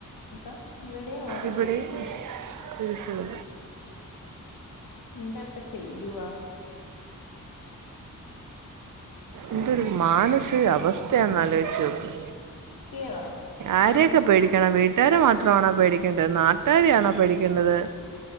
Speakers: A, on the left; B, on the right.
A: ഇപ്പം ഇവിടെ ഓരോ
B: ഇവിടെ
A: കുരിശുകൾ
B: കുഴസകു
A: എന്താപ്പ ചെയ്യുവാ
B: എന്തൊരു മാനസികാവസ്ഥയാെന്നലോചിച്ച് നോക്ക
A: സത്യമാണ്
B: ആരെയൊക്കെ
A: എന്ത്
B: പേടിക്കണം വീട്ട നട്ടാര മാത്രമാണോ പേടിക്കേണ്ടത് നാട്ടുകാര ആണോ പേടിക്കേണ്ടത്